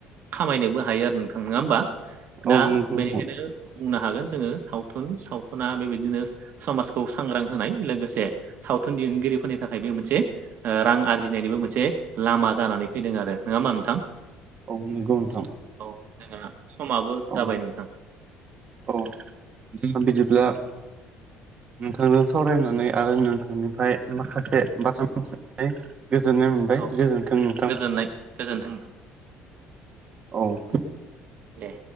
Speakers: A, on the right (about 50°); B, on the right (about 30°).
A: खामायनोबो हायो आरो नोंथां नङा ओमबा दा
B: औ नंगौ
A: बेनिखायनो
B: नोंथां
A: बुंनो हागोन जोङो सावथुन सावथुना बेबायदिनो समाजखौ सांग्रां होनाय लोगोसे सावथुन दिहुनगिरिफोरनि थाखाय बे मोन मोनसे ओ रां आरजिनायनिबो मोनसे लामा जानानै फैदों आरो नङा ओमबा नोंथां?
B: औ नोंगौ नोंथां।
A: औ जोंहा समाबो
B: औ
A: जाबाय नोंथां।
B: औ दा बिदिब्ला नोंथांजों सावरायनानै आरो नोंथांनिफ्राय माखासे बाथ्रा मिथि नानै गोजोननाय मोनबाय
A: औ
B: गोजोन्थों नोंथां।
A: गोजोननाय गोजोन्थों नोंथां।
B: औ
A: दे